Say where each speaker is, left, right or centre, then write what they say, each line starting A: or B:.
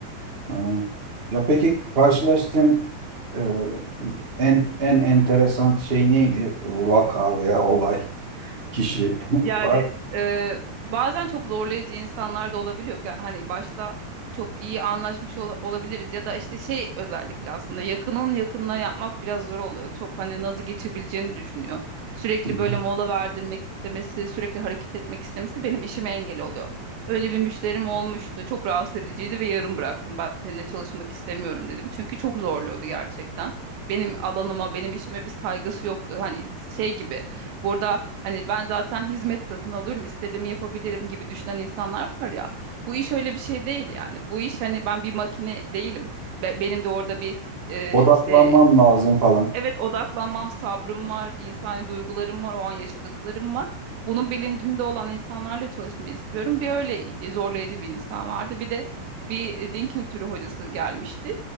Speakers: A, on the right; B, on the right.
A: Ha. Ya peki karşılaştığın e, en en enteresan şey neydi? Vaka veya olay, kişi <laughs>
B: Yani
A: var.
B: e, bazen çok zorlayıcı insanlar da olabiliyor. Ga- Hani başta çok iyi anlaşmış ola- olabiliriz ya da işte şey özellikle aslında yakının yakınına yapmak biraz zor oluyor. Çok hani nazı geçebileceğini düşünüyor. Sürekli
A: Hı hı.
B: böyle mola verdirmek istemesi, sürekli hareket etmek istemesi benim işime engel oluyor. Öyle bir müşterim olmuştu. Çok rahatsız ediciydi ve yarım bıraktım. Ben seninle çalışmak istemiyorum dedim. Çünkü çok zorluyordu gerçekten. Benim alanıma, benim işime bir saygısı yoktu. Hani şey gibi. Burada Hani ben zaten hizmet satın alıyorum, istediğimi yapabilirim gibi düşünen insanlar var ya. Bu iş öyle bir şey değil yani. Bu iş hani ben bir makine değilim. Be- benim de orada bir e,
A: Odaklanman
B: işte
A: lazım falan.
B: Evet odaklanmam, sabrım var, insani duygularım var, o an yaşadıklarım var. Bunun bilincinde olan insanlarla çalışmayı istiyorum. Bir öyle e, zorlayıcı bir insan vardı. Bir de bir e, din kültürü hocası gelmişti.